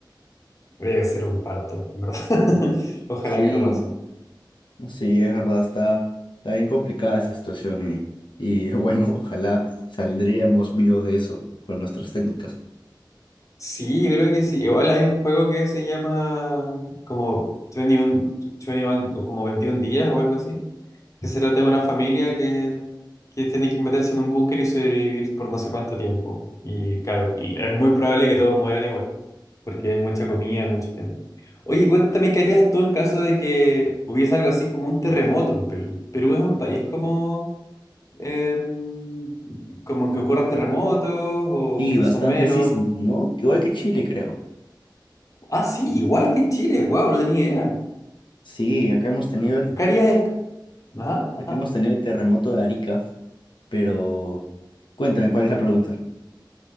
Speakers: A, on the left; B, on the left.
A: debe ser un parto, en ¿verdad? <laughs> Ojalá
B: Sí,
A: que no pase.
B: sí, es verdad, está, está bien complicada esa situación y, y <laughs> bueno, ojalá saldríamos vivos de eso con nuestras técnicas.
A: Sí, yo creo que sí. Igual hay un juego que se llama como 21, 21 o como 21 días o algo así, que se trata de una familia que, que tiene que meterse en un búnker y sobrevivir por no sé cuánto tiempo. Y claro, y es muy probable que todos mueran igual, porque hay mucha comida, hay mucho tema. Oye, cuéntame, ¿qué harías tú en caso de que hubiese algo así como un terremoto en Perú? Perú es un país como Em, como que ocurran terremotos o
B: Sí,
A: quizás
B: bastante
A: son menos.
B: sísmico, ¿no? Igual que Chile, creo.
A: Ah, sí, igual que Chile, wow, no tenía idea.
B: Sí, acá hemos tenido el,
A: ¿Qué harías en... Ajá, ajá.
B: aquí hemos tenido el terremoto de Arica, pero cuéntame, ¿cuál es la pregunta?